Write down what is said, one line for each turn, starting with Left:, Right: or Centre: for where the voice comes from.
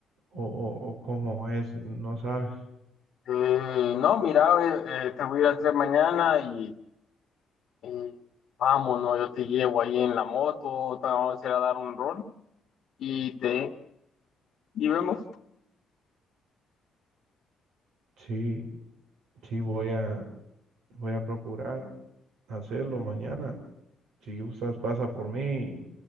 Right: o, o, o cómo es, no sabes.
Left: no, mira, eh, eh, te voy a ir a tres mañana y, y vamos, ¿no? Yo te llevo ahí en la moto, te vamos a ir a dar un rol y te y vemos.
Right: Sí, sí, voy a, voy a procurar hacerlo mañana. Si gustas, pasa por mí